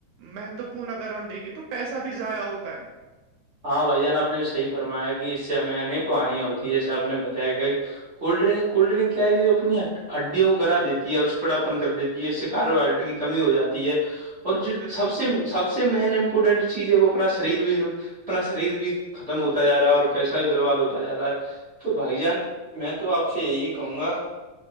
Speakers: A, on the right; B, on the right.
A: مہتوپورن اگر ہم دیکھے تو پیسہ بھی ضائع ہوتا ہے
B: ہاں بھائی جان آپ نے صحی فرمایا کہ اس سے ہمیں انیک کو آانیاں ہوتی جیسے آپ نے بتایا کیا کولڈ ڈرنک کولڈ ڈرنک کیا آئے گی وہ اپنی ہے ہڈیوں کو گلا دیتی ہے اور شکڑاپن کر دیتی ہے اس سے کاربو ہڈریٹ کی کمی ہو جاتی ہے اور جو
A: بالکل،
B: سب سے سب سے مین امپورٹینٹ چیز ہے وہ اپنا شریر بھی اپنا شریر بھی ختم ہوتا جا رہا ہے اور پیسہ بھی برباد ہوتا جا رہا ہے تو بھائی جان میں تو آپ سے یہی کہوں گا